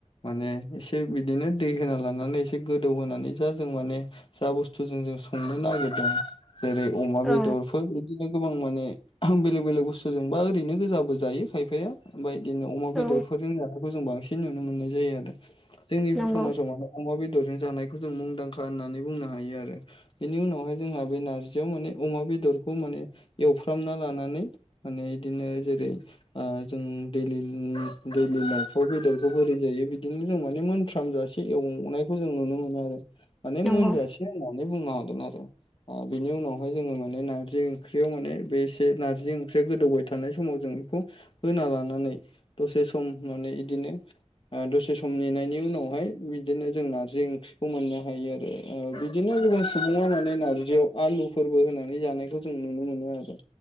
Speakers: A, on the left; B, in the centre.
A: माने इसे बिदिनो दै होना लानानै एसे गोदौ होनानै जा जों माने जा बुस्थुजों जों संनो नागिरदों जेरै अमा बेदरफोर
B: औ
A: इदिनो गोबां माने बेलेग बेलेग बुस्थुजोंबा ओरैनो गोजाबो जायो खायफाया। बायदिनो अमा बेदरफोरजों
B: औ
A: जानायखौ जों बांसिन नुनो मोननाय जायो आरो जोंनि
B: नंगौ
A: समाजाव मानो अमा बेदरजों जानायखौ जों मुंदांखा होननानै बुंनो हायो आरो बेनि उनावहाय जोंहा बे नारजियाव माने अमा बेदरखौ माने एवफ्रामना लानानै माने इदिनो जेरै ओ जों दैलि उम दैलि न'फ्राव बेदरखौ बोरै जायो बिदिनो जों माने मोनफ्राम जा से एवनायखौ जों नुनो मोनो माने
B: नंगौ
A: मोनजासे होननानै बुंनो हागोन आरो। अ बिनि उनावहाय जोङो माने नारजि ओंख्रियाव माने बे एसे नारजि ओंख्रिया गोदौबाय थानाय समाव जों बिखौ होना लानानै दसे सम माने इदिनो ओ दसे सम नेनायनि उनावहाय बिदिनो जों नारजि ओंख्रिखौ मोननो हायो आरो। ओ बिदिनो गोबां सुबुङा माने नारजियाव आलुफोरबो होनानै जानायखौजों नुनो मोनो आरो।